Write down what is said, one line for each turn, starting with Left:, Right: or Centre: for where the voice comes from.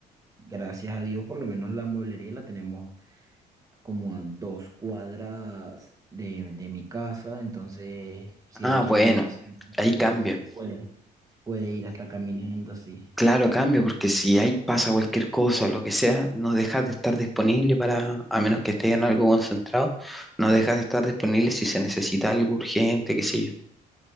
Right: gracias a Dios por lo menos la mueblería la tenemos como a dos cuadras de, de mi casa, entonces si
Centre: Ah,
Right: ella quiere
Centre: bueno,
Right: ir, simplemente
Centre: ahí cambia.
Right: puede, puede ir hasta caminando así.
Centre: Claro, cambio, porque si hay, pasa cualquier cosa o lo que sea, no dejas de estar disponible para, a menos que estés en algo concentrado, no dejas de estar disponible si se necesita algo urgente, qué sé yo.